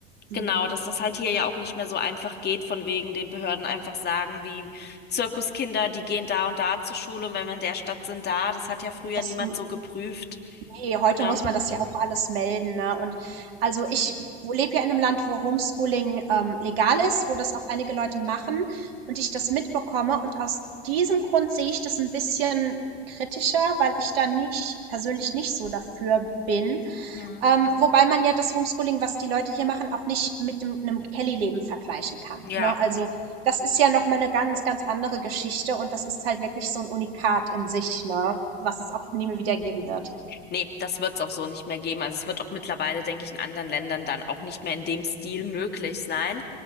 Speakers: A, on the right; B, on the left.
A: Mhm.
B: genau, dass das halt hier ja auch nicht mehr so einfach geht, von wegen den Behörden einfach sagen, wie Zirkuskinder, die gehen da und da zur Schule und wenn wir in der Stadt sind, da. Das hat ja früher
A: Das
B: niemand so geprüft,
A: Eh, heute
B: ne?
A: muss man das ja auch alles melden, ne? Und also ich lebe ja in einem Land, wo Homeschooling ähm, legal ist, wo das auch einige Leute machen und ich das mitbekomme. Und aus diesem Grund sehe ich das ein bisschen kritischer, weil ich da nicht persönlich nicht so dafür bin.
B: Hm.
A: Ähm, wobei man ja das Homeschooling, was die Leute hier machen, auch nicht mit dem, einem Kelly-Leben vergleichen kann,
B: Ja.
A: ne? Also das ist ja nochmal eine ganz, ganz andere Geschichte und das ist halt wirklich so ein Unikat in sich, ne? Was es auch nie mehr wieder geben wird.
B: Nee, das wird es auch so nicht mehr geben. Also es wird auch mittlerweile, denke ich, in anderen Ländern dann auch nicht mehr in dem Stil möglich sein.